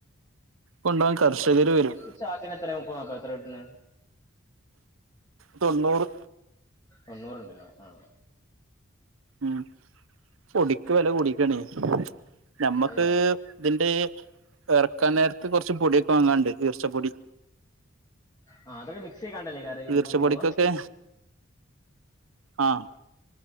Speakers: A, on the right; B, on the left.
A: കൊണ്ടാവാൻ കർഷകര് വരും
B: ഒരു ചക്കിനെത്ര മുപ്പൊ നാപ്പൊ എത്രെ കിട്ടുന്നെ
A: തൊണ്ണൂറ്
B: തൊണ്ണൂറ്ണ്ട്ലെ ആഹ്
A: ഉം പൊടിക്ക് വെല കൂടീക്കാണെ ഞമ്മക്ക്
B: ഏ
A: ഇതിന്റെ എറക്കാൻ നേരത്ത് കുറച്ച് പൊടിയൊക്കെ വാങ്ങാണ്ട് ഈർച്ചപ്പൊടി
B: ആഹ് അതൊക്കെ മിക്സയ്ക്കാണ്ടല്ലേ ഇതിപ്പോ
A: ഈർച്ചപ്പൊടിക്കൊക്കെ
B: പോവ
A: ആഹ്